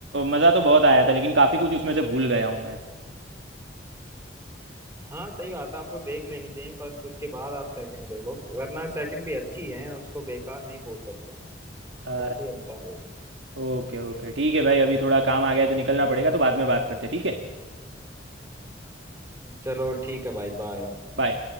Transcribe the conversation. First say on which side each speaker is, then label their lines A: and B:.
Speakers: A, on the right; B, on the right.
A: मज़ा तो बहुत आया था लेकिन काफ़ी कुछ उसमें से भूल गया हूँ मैं
B: हाँ सही बात है आपको देख लेनी चाहिए फर्स्ट उसके बाद आप सेकंड देखो वरना सेकंड भी अच्छी है उसको बेकार नहीं बोल सकते हैं
A: अच्छा
B: काफी अच्छा है वो भी।
A: ओके ओके ठीक है भाई अभी थोड़ा काम आ गया है तो निकलना पड़ेगा तो बाद में बात करते हैं ठीक है
B: चलो ठीक है भाई बाय
A: बाय